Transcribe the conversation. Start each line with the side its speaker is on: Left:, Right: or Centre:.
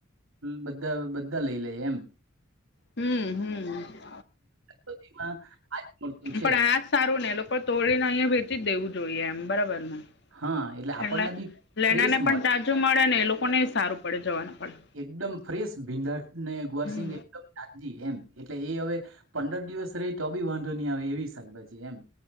Right: બધા બધા લઈ લઈએ એમ.
Left: હમ હમ.
Right: પતિમાં આજ મળતું છે.
Left: પણ આ જ સારું ને એ લોકો તોડીને અહિયાયા વેચી જ દેવું જોઈએ એમ બરાબર ને
Right: હા આપણને
Left: એટલે
Right: બી
Left: લેના
Right: ફ્રેશ
Left: ને પણ
Right: મળે
Left: તાજું મળે ને એ લોકોને સારું પડે જવાનું પડે.
Right: એકદમ ફ્રેશ ભીંડાને ગુરસિંગ
Left: હમ
Right: એકદમ નાજી એમ એટલે એ હવે... પંદર દિવસ રહી તો બી વાંધો નહી આવે એવી શાકભાજી એમ.